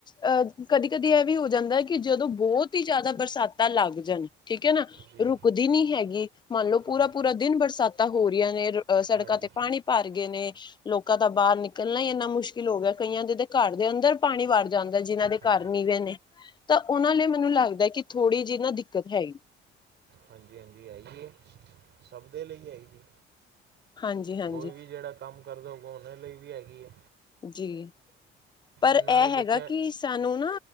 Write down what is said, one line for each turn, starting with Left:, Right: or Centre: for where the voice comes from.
Left: ਅਹ ਕਦੀ- ਕਦੀ ਇਹ ਵੀ ਹੋ ਜਾਂਦਾ ਕਿ, ਜਦੋਂ ਬਹੁਤ ਹੀ ਜ਼ਿਆਦਾ ਬਰਸਾਤਾਂ ਲੱਗ ਜਾਣ। ਠੀਕ ਹੈ ਨਾ,
Right: ਜੀ
Left: ਰੁਕਦੀ ਨੀ ਹੈਗੀ। ਮੰਨ ਲਓ ਪੂਰਾ-
Right: ਜੀ
Left: ਪੂਰਾ ਦਿਨ ਬਰਸਾਤਾਂ ਹੋ ਰਹੀਆਂ ਨੇ। ਸੜਕਾਂ
Right: ਹਾਂਜੀ
Left: ਤੇ
Right: ਹਾਂਜੀ
Left: ਪਾਣੀ ਭਰ ਗਏ ਨੇ। ਲੋਕਾਂ ਦਾ ਬਾਹਰ ਨਿਕਲਣਾ ਹੀ ਇੰਨਾ ਮੁਸ਼ਕਿਲ ਹੋ ਗਿਆ। ਕਈਆਂ ਦੇ ਘਰ ਦੇ ਅੰਦਰ ਪਾਣੀ ਵਰ ਜਾਂਦਾ। ਜਿਹਨਾਂ ਦੇ
Right: ਹਾਂਜੀ
Left: ਘਰ ਨੀਵੇਂ ਨੇ ਤਾਂ ਉਹਨਾਂ ਲਈ ਮੈਨੂੰ ਲੱਗਦਾ ਕਿ, ਥੋੜੀ ਜਿਹੀ ਨਾ ਦਿੱਕਤ ਹੈਗੀ।
Right: ਹਾਂਜੀ- ਹਾਂਜੀ। ਸਭ ਦੇ ਲਈ ਹੈ ਜੀ,
Left: ਹਾਂਜੀ ਹਾਂਜੀ
Right: ਕੋਈ ਵੀ ਜਿਹੜਾ ਕੰਮ ਕਰਦਾ ਹੋਗਾ। ਉਹਨਾਂ ਲਈ ਵੀ ਹੈਗੀ ਆ।
Left: ਜੀ, ਪਰ
Right: ਨਾਲੇ
Left: ਇਹ
Right: ਬੱਚਿਆਂ
Left: ਹੈਗਾ ਕਿ ਸਾਨੂੰ ਨਾ